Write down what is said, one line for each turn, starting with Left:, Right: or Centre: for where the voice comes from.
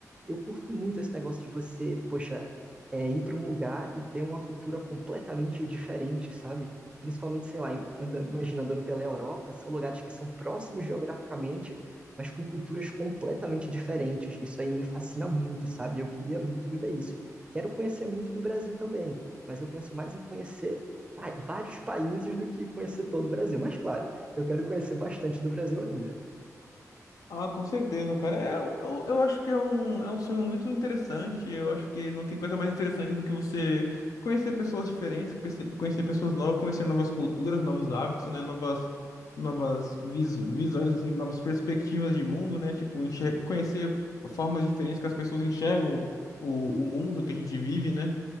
Right: Eu curto muito esse negócio de você, poxa, é, ir para um lugar e ter uma cultura completamente diferente, sabe? Principalmente, sei lá, em- andando, imagina andando pela Europa, são lugares que são próximos geograficamente, mas com culturas completamente diferentes. Isso aí me fascina muito, sabe? Eu queria muito viver isso. Quero conhecer muito do Brasil também, mas eu penso mais em conhecer pa- vários países do que conhecer todo o Brasil. Mas claro, eu quero conhecer bastante do Brasil ainda.
Left: Ah, com certeza, cara. É, um- eu, eu acho que é um, é um sonho muito interessante. Eu acho que não tem coisa mais interessante do que você conhecer pessoas diferentes, conhecer conhecer pessoas novas, conhecer novas culturas, novos hábitos, né? Novas, novas vis, visões, assim, novas perspectivas de mundo, né? Tipo, enxer- conhecer formas diferentes que as pessoas enxergam o, o mundo que a gente vive, né?